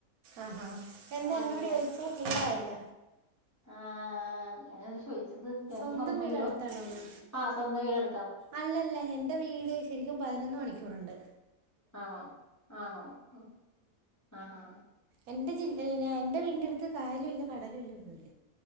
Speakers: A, on the right; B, on the left.
A: ആഹ എന്തെ
B: വണ്ടിയുടെ
A: എന്നോട് ചോയിച്ചേ ക്ലിയറായില്ല
B: ആ ഞാനത് ചോയി ച്ചത് ഞാനും
A: സ്വന്തം
B: മറന്നുപോയല്ലോ
A: വീട് അടുത്താണോന്ന്
B: ആ സ്വന്തം വീട് അടു
A: അല്ലല്ല എന്റെ വീട് ശരിക്കും പൈനൊന്ന് മണിക്കൂറ്ണ്ട്
B: ആണോ ആണോ ഹു ആ ഹ
A: എന്റെ ജില്ലഴിഞ്ഞ എന്റെ വീടിന്റെ അടുത്ത് കായലുല്ല കടലുല്ല ഒന്നുല്ല